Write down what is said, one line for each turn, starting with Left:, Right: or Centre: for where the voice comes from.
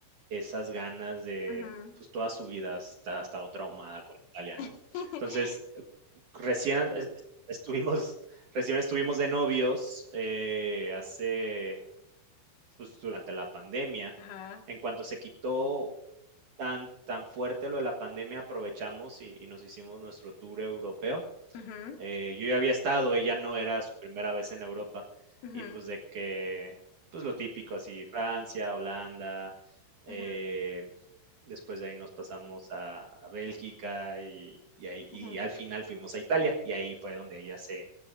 Right: Esas ganas de,
Left: Ujú.
Right: pues, toda su vida está ha estado traumada con Italia, ¿no?
Left: <laughs>
Right: Entonces, eh, recién es es estuvimos <laughs> recién estuvimos de novios, eh, hace, pues, durante la pandemia.
Left: Ajá.
Right: En cuanto se quitó tan tan fuerte lo de la pandemia, aprovechamos y y nos hicimos nuestro tour europeo
Left: Ujú,
Right: eh, yo ya había estado, ella no era su primera vez en Europa
Left: ujú,
Right: y pues de que, pues lo típico, así Francia, Holanda, eh,
Left: ujú,
Right: después de ahí nos pasamos a, a Bélgica y, y ahí, y
Left: ujú.
Right: al final fuimos a Italia y ahí fue donde ella se,